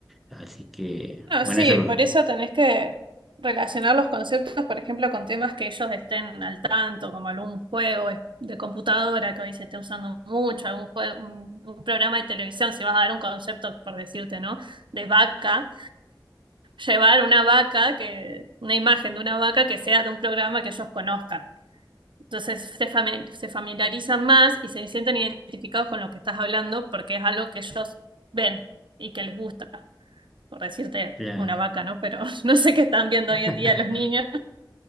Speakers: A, in the centre; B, on the right.
A: Así que,
B: No,
A: bueno,
B: sí,
A: eso lo...
B: por eso tenés que relacionar los conceptos, por ejemplo, con temas que ellos estén al tanto, como algún juego es- de computadora que hoy se esté usando mucho, algún jue- un, un programa de televisión, si vas a dar un concepto, por decirte, ¿no? De vaca, llevar una vaca, que, una imagen de una vaca que sea de un programa que ellos conozcan. Entonces se fami- se familiarizan más y se sienten identificados con lo que estás hablando porque es algo que ellos ven y que les gusta por decirte
A: ya.
B: una vaca, ¿no? Pero <laughs> no sé qué están viendo
A: <laughs>
B: hoy en día los niños.